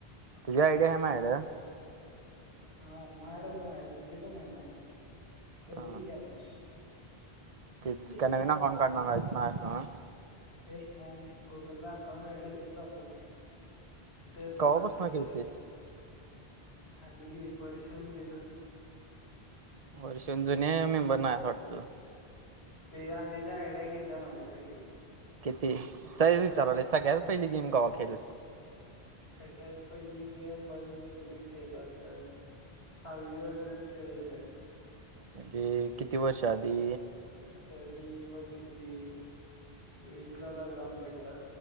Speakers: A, on the right (about 40°); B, on the left (about 90°).
A: तुझी
B: करूया
A: आयडी आहे
B: करूया
A: माझ्या कडे.
B: हा माझ्याकडे पण हाय तुझी पण आहे माझ्या कडे, खेळलोय
A: हा
B: की आपण-
A: काय
B: दिलीत
A: नवीन
B: माधवी
A: अकाऊंट काढणार नाहीस नव.
B: हे नाही नाही गुगल ला अकाउंट काढले तेच वापरतोय. तेच
A: कवापासून
B: सारख दरवेळी.
A: खेळतेस
B: झाले की एक वर्षहून गेलं.
A: वर्षून जुन्या मेंबर नाही असं वाटतं.
B: ते आधीच्या आयड्या गेल्या माझ्या सगळ्या.
A: किती? <unintelligible> विचाराले, सगळ्यात पहिली गेम केव्हा खेळाल्यास
B: सगळ्यात पहिली गेम बघ मी कधी खेळलो असन. साहवी वगैरे खेळलो.
A: हम्म ते किती वर्ष आधी.
B: तरी बघ किती. वीस ला लॉकडाउन पडलं.